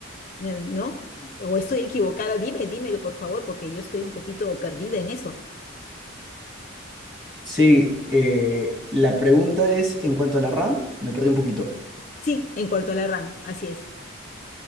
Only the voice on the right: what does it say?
Sí, eh, la pregunta es en cuanto a la RAM, me perdí un poquito.